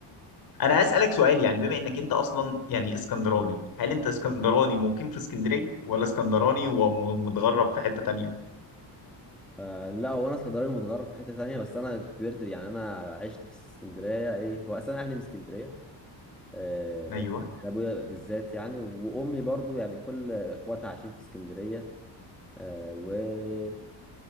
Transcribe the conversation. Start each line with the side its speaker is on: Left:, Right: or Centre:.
Left: انا هسألك سؤال يعني بما انك انت اصلا يعني اسكندراني هل انت اسكندراني مقيم في اسكندرية ولا اسكندراني ومتغرب في حتة تانية
Centre: آه لا هو انا اسكندراني متغرب في حته ثانيه بس انا كبرت يعني انا عشت في اسكندريه ايه هو اصلا اهلي من اسكندريه آه
Left: ايوه
Centre: انا ابويا بالذات يعني وامي برضو يعني كل اخواتها عايشين في اسكندريه آه وانا